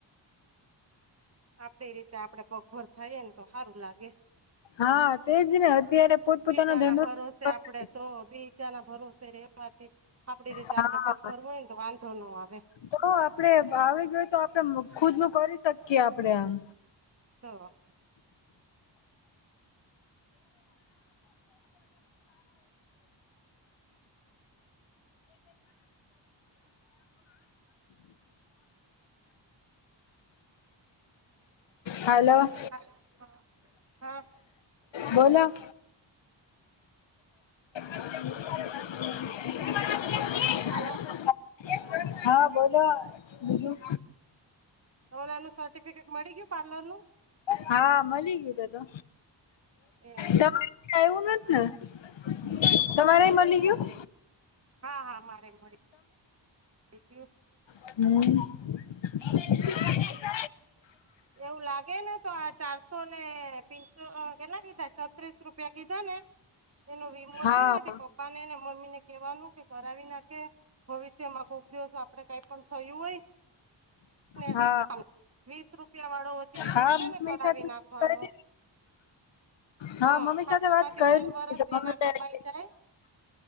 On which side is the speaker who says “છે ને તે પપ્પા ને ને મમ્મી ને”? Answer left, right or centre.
Right